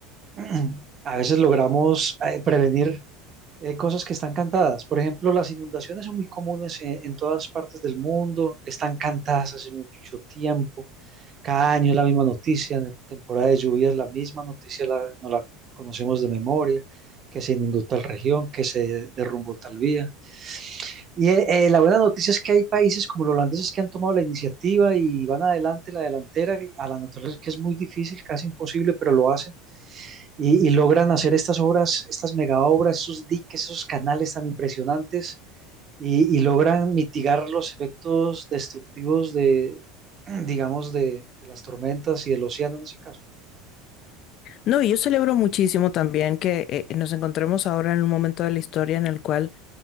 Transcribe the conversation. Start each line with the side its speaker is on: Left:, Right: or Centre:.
Right: <clears throat> a veces logramos eh, prevenir eh, cosas que están cantadas. Por ejemplo, las inundaciones son muy comunes en, en todas partes del mundo, están cantadas hace mucho tiempo, cada año es la misma noticia, en temporada de lluvias la misma noticia, la, no la conocemos de memoria, que se inundó tal región, que se derrumbó tal vía. Y eh, eh, la buena noticia es que hay países como los holandeses que han tomado la iniciativa y van adelante, la delantera, a la naturaleza que es muy difícil, casi imposible, pero lo hacen y, y logran hacer estas obras, estas mega obras, esos diques, esos canales tan impresionantes y, y logran mitigar los efectos destructivos de, <clears throat> digamos, de, de las tormentas y del océano en ese caso.
Left: No, y yo celebro muchísimo también que eh, nos encontremos ahora en un momento de la historia en el cual